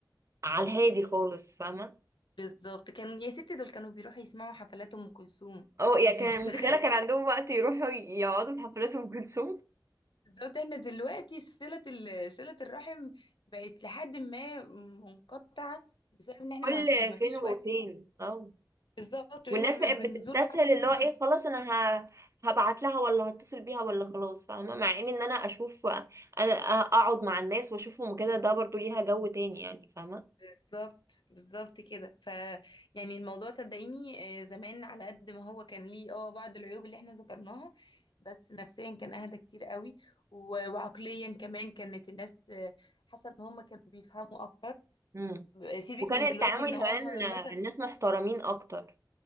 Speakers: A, on the right; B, on the left.
A: على الهادي خالص فاهمة
B: بالظبط كان يا ستي دول كانوا بيروحوا يسمعوا حفلات ام كلثوم
A: اه يعني
B: انت
A: كان
B: متخيل
A: متخيلة كان
B: <laughs>
A: عندهم وقت يروحوا يقعدوا في حفلات أم كلثوم
B: بالظبط احنا دلوقتي صلة ال- صلة الرحم بقت لحد ما منقطعة بسبب ان احنا
A: كل
B: ما ما فيش
A: فين وفين
B: وقت
A: اه
B: بالظبط
A: والناس
B: بقينا ب-
A: بقت بتستسهل
B: بنزور بعض في
A: اللي
B: المناسبات
A: هو ايه خلاص انا ه... هبعت لها ولا هتصل بيها ولا خلاص فاهمه مع ان ان انا اشوف انا اقعد مع الناس واشوفهم كده ده برضو ليها جو تاني يعني فاهمه
B: بالظبط بالظبط كده ف يعني الموضوع صدقيني آه، زمان على قد ما هو كان ليه اه بعض العيوب اللي احنا ذكرناها بس نفسيا كان اهدى كتير قوي و- وعقليا كمان كانت الناس آه، حاسه ان هم كانوا بيفهموا اكتر
A: امم
B: سيبك
A: وكان
B: من دلوقتي
A: التعامل
B: ان اه
A: كمان
B: مثلا
A: آه، الناس محترمين اكتر